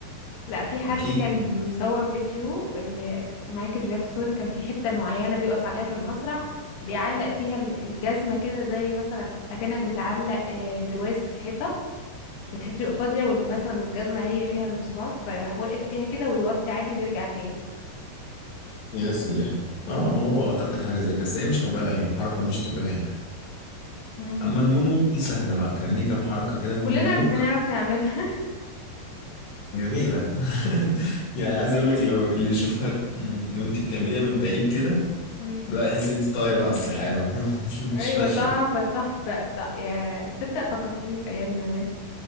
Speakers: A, on the left; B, on the left.
A: لا في حد
B: أكيد
A: كان مصور فيديو ان مايكل جاكسون كان في حتة معينة بيقف عليها في المسرح بيعلق فيها ال- الجزمة كده زي مثلا اكنك بتعلق آه، برواز في الحيطة كانت حتة تبقى فاضية وال- مثلا والجزمة هي فيها المسمار فيروح واقف فيها كده ويوطي عادي ويرجع تاني
B: يا سلام اه هو اعتقد حاجه زي كده بس هي مش طبيعيه حركه مش طبيعيه
A: امم
B: اما المون ووك دي سهله بقى كان ليه كام حركه كده بالمونوك
A: كلنا بنعرف نعملها
B: جميلة <laughs> يعني عايز اقول لك لو اللي يشوفها م- وانت بتعمليها من بعيد كده
A: <laughs> امم
B: لا يحس انت طايرة على السحابة <laughs>
A: ايوه
B: مش ماشية
A: تحفة تحفة ط- يا صدق فكرتني بأيام زمان